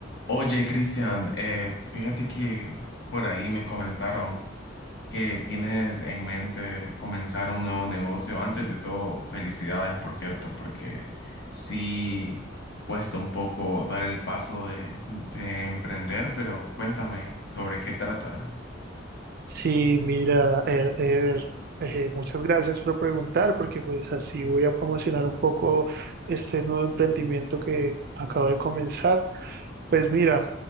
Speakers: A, on the left; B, on the right.
A: Oye, Cristian, eh, fíjate que por ahí me comentaron que tienes en mente comenzar un nuevo negocio. Antes de todo, felicidades, por cierto, porque sí cuesta un poco dar el paso de, de emprender, pero cuéntame sobre qué trata.
B: Sí, mira, eh, Ever, eh, muchas gracias por preguntar, porque pues así voy a promocionar un poco este nuevo emprendimiento que acabo de comenzar. Pues mira,